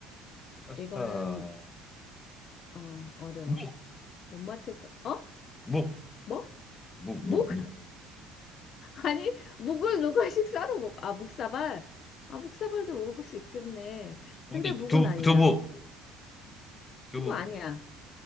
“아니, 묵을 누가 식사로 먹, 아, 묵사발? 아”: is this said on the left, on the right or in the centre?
Left